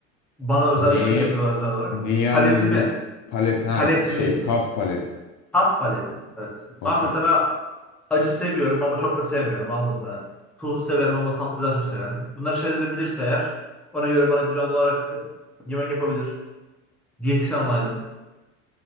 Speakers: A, in the centre; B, on the left (about 50°).
A: Bana özel
B: Neyi
A: yemek yapıyorlar özel olarak.
B: neyi analiz
A: Paletimi,
B: et? Palet ha
A: paletimi,
B: şey tat palet.
A: tat paletimi. Evet.
B: Okey.
A: Ben mesela Acı seviyorum ama çok da sevmiyorum. Anladın mı? Tuzlu severim ama tatlı daha çok severim. Bunları şeyleri bilirse eğer ona göre bana düzenli olarak e, yemek yapabilir. Diyetisyen onaylı.